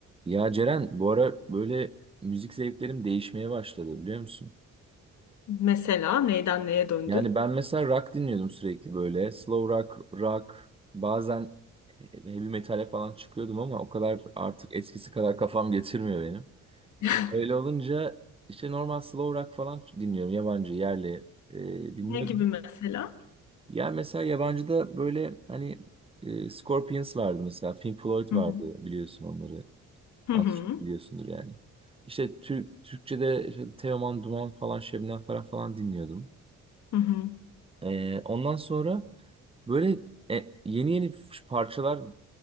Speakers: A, on the right; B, on the left.
A: Ya Ceren bu ara böyle müzik zevklerim değişmeye başladı biliyor musun?
B: Mesela neyden neye döndün?
A: Yani ben mesela rock dinliyordum sürekli böyle. Slow rock, rock bazen e, heavy metale falan çıkıyordum ama o kadar artık eskisi kadar kafam getirmiyor benim.
B: <laughs>
A: Öyle olunca işte normal slow rock falan dinliyorum. Yabancı, yerli e, dinliyordum.
B: Ne gibi mesela?
A: Yani mesela yabancıda böyle hani e, Scorpions vardı mesela. Pink Floyd vardı
B: Hı hı.
A: biliyorsun onları.
B: Hı
A: Az
B: hı.
A: çok biliyorsundur yani. İşte Türk, Türkçe'de işte Teoman Duman falan Şebnem Ferah falan dinliyordum.
B: Hı
A: Ee, ondan sonra böyle e, yeni yeni f- parçalar